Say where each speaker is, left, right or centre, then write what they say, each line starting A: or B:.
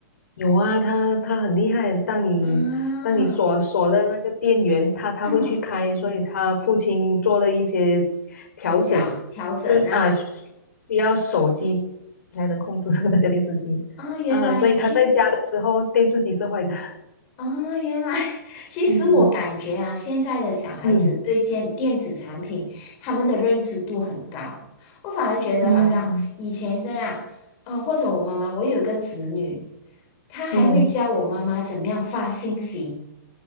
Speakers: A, on the left; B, on the left.
A: 有啊，他他很厉害。当你当你锁锁了那个电源，
B: 啊，
A: 他他会去开，
B: 嗯，
A: 所以他父亲做了一些调整，
B: 手脚调整啊
A: 就是啊需需要手机才能控制 <laughs> 那家电视机啊，
B: 啊，原来其
A: 所以他在家的时候电视机是坏的。
B: 啊，原来 <laughs> 其实我感觉啊，
A: <laughs> 嗯
B: 现在的小孩子对电电子产品他们的认知度很高，
A: 嗯
B: 我反而觉得好像以前这样，
A: 嗯
B: 呃，或者我妈妈，我有个侄女，她还会教我妈妈怎么样发信息，
A: 嗯，